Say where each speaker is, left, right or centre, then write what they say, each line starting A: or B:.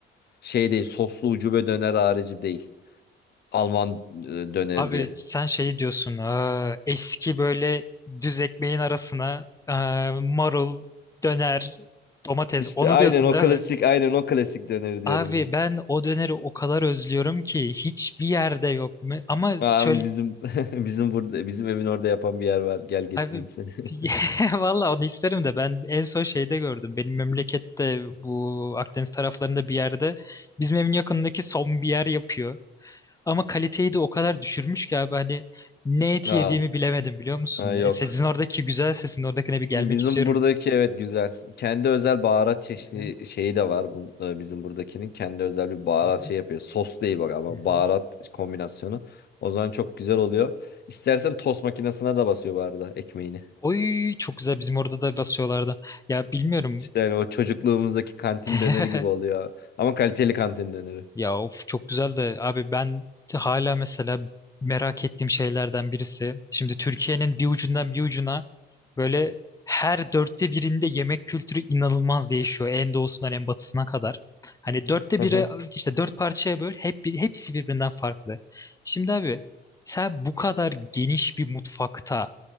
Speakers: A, on the left (about 55°); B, on the left (about 15°).
A: Şey değil soslu ucube döner harici değil. Alman e, döneri
B: Abi
A: diye.
B: sen şey diyorsun "Aa, eski böyle düz ekmeğin arasına aa, marul, döner, domates
A: İşte
B: onu
A: aynen
B: diyorsun
A: o
B: değil
A: klasik
B: mi?
A: aynen o klasik döneri diyorum
B: Abi
A: ben.
B: ben o döneri o kadar özlüyorum ki hiçbir yerde yok. Me- Ama
A: Aa,
B: çöl
A: bizim <laughs> bizim burada bizim evin orada yapan bir yer var. Gel getireyim
B: abi
A: seni.
B: <laughs>
A: <laughs>
B: valla onu isterim de ben en son şeyde gördüm. Benim memlekette bu Akdeniz taraflarında bir yerde bizim evin yakındaki son bir yer yapıyor. Ama kaliteyi de o kadar düşürmüş ki abi hani ne eti
A: Aa,
B: yediğimi bilemedim biliyor musun?
A: ha, yok.
B: E, Sizin oradaki güzel sesin oradakine bir gelmek
A: Bizim
B: istiyorum.
A: buradaki evet güzel. Kendi özel baharat çeşidi
B: Hı hı,
A: şeyi de var bun, e, bizim buradakinin. Kendi özel bir baharat
B: hı hı,
A: şey yapıyor. Sos değil bak ama
B: hı hı.
A: baharat kombinasyonu. O zaman çok güzel oluyor. İstersen tost makinesine de basıyor bu arada ekmeğini.
B: Oy çok güzel bizim orada da basıyorlardı. Ya bilmiyorum.
A: İşte hani o çocukluğumuzdaki kantin
B: <laughs>
A: döneri gibi oluyor. Ama kaliteli kantin döneri.
B: Ya of çok güzel de abi ben hala mesela merak ettiğim şeylerden birisi. Şimdi Türkiye'nin bir ucundan bir ucuna böyle her dörtte birinde yemek kültürü inanılmaz değişiyor. En doğusundan en batısına kadar. Hani dörtte
A: Hı
B: biri
A: hı.
B: işte dört parçaya böl hep, bir- hepsi birbirinden farklı. Şimdi abi sen bu kadar geniş bir mutfakta